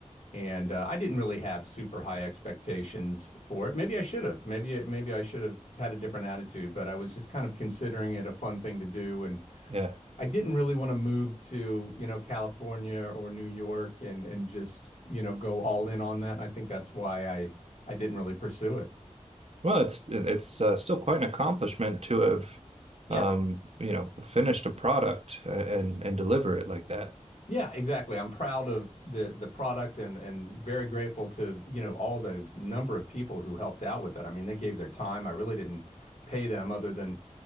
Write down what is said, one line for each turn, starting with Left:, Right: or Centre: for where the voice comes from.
Left: and uh, I didn't really have super high expectations for it. Maybe I should have. Maybe it, maybe I should have had a different attitude, but I was just kind of considering it a fun thing to do, and
Right: Yeah.
Left: I didn't really want to move to you know California or New York and and just you know go all in on that. And I think that's why I I didn't really pursue it.
Right: Well, it's it's uh, still quite an accomplishment to have,
Left: Yeah.
Right: um, you know, finished a product and and deliver it like that.
Left: Yeah, exactly. I'm proud of the the product and and very grateful to, you know, all the number of people who helped out with it. I mean, they gave their time. I really didn't pay them other than